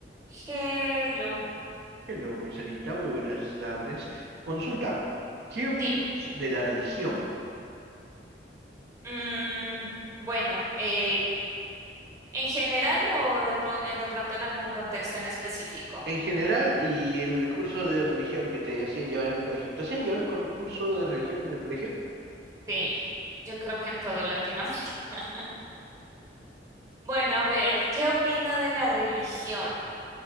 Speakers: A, on the right (about 20°); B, on the right (about 65°).
A: Hello,
B: Hello, mi Sarita, muy buenas tardes. Consulta, ¿qué opinas
A: dime.
B: de la religión
A: Mm, bueno, eh, ¿en general o de, pro- en- de pronto en algún contexto en específico?
B: en general y en el curso de religión que te hacían llevar en el colegio? ¿Te hacían llevar el cor- curso de religión en el colegio?
A: Sí, yo creo que en todo latino. <laughs> Bueno, a ver, ¿qué opina de la religión?